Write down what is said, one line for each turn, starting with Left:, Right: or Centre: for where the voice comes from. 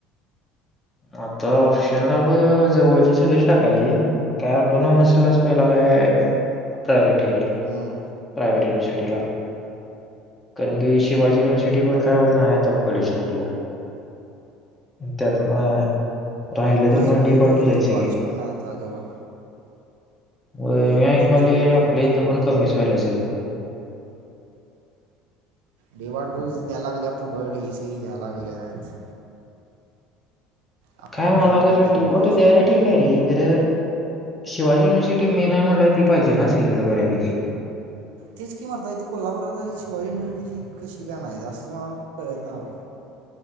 Left: आता ऑप्शनला ब जवळचे सगळेच टाकायची काय वाटो ना मसलच पहिला काय प्रायरिटरी
Right: हम्म.
Left: प्रायवेट सिटीला कारण की शिवाजी युनिव्हर्सिटी पण काय एव्हढं नाही आता कडेच कुठल्य त्यात म राहिलं
Right: होय
Left: तर
Right: शिवाजी
Left: मडी
Right: युनिव्हर्सिटीचं
Left: बाटू जायच
Right: कॉलेज पण नाही आता जवळ
Left: <unintelligible> मी
Right: ए
Left: ऐकाल
Right: टू झेड डी
Left: आपल्या
Right: वाटर
Left: इथं
Right: बाबा
Left: पण कमीच व्हायल <inaudible>
Right: डेवा टूज द्याय लागल्या फुकळ ए सी घ्यायला लागल्यात अवकडा
Left: काय मला
Right: बाबा
Left: अगर
Right: डी
Left: डिमोटी
Right: वाटोचं
Left: द्यायला
Right: शेंगा
Left: ठीक आहे रे खर शिवाजी युनिव्हर्सिटी मे नाही म्हणलं ती पाहिजे ना सगळीकडे बऱ्यापैकीे
Right: तेच की म्हणतात इथे कोल्हापूरात शिवाजी युनिव्हर्सिटीची कशी का नाही असं मला कळत नाव